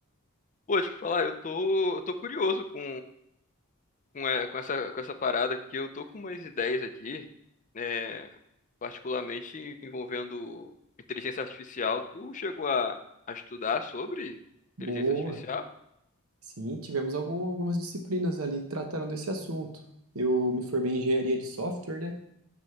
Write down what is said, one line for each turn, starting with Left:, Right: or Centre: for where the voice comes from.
Left: Pô, deixa eu te falar, eu tô, eu tô curioso com, com, é, com essa, com essa parada, porque eu tô com umas ideias aqui, é, particularmente envolvendo inteligência artificial. Tu chegou a, a estudar sobre
Right: Boa.
Left: inteligência artificial?
Right: Sim, tivemos algum- algumas disciplinas ali que trataram desse assunto. Eu me formei em engenharia de software, né?